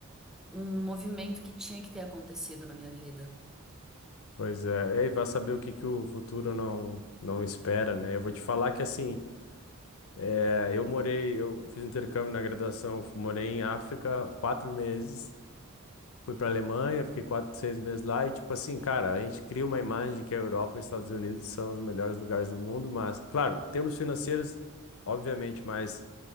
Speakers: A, in the centre; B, on the left.
A: um movimento que tinha que ter acontecido na minha vida.
B: Pois é, e vai saber o que que o futuro não, não espera, né? Eu vou te falar que assim, é, eu morei, eu fiz intercâmbio na graduação, fu- morei em África quatro meses, fui para Alemanha, fiquei quatro, seis meses lá e tipo assim, cara, a gente cria uma imagem de que a Europa e os Estados Unidos são os melhores lugares do mundo, mas claro, termos financeiros, obviamente, mas